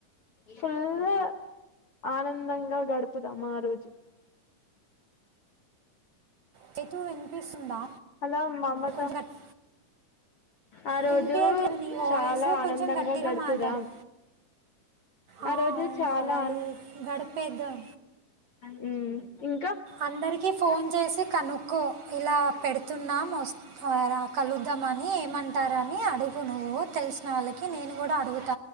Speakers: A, on the left (about 65°); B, on the right (about 65°).
A: ఫుల్లు ఆనందంగా గడుపుదాం ఆ రోజు
B: చైతు ఇన్ పిస్తుందా
A: హలో మమత
B: కొంచెం కట్
A: ఆ రోజు
B: వినిపీయట్లా నీ వాయిస్
A: చాలా ఆనందంగా
B: కొంచెం గట్టిగా
A: గడుపుదాం
B: మాట్లాడు ఆ
A: రోజు
B: అవును
A: చాలా
B: అలాగే గడిపేద్దాం
A: హ్మ్ ఇంకా
B: అందరికి ఫోన్ చేసి కనుక్కో ఇలా పెడు తుందా మస్తు ఆ రా కలుద్దామని ఏమంటారని అడుగు నువ్వు తెలిసినోళ్ళకి నేను కూడా అడుగు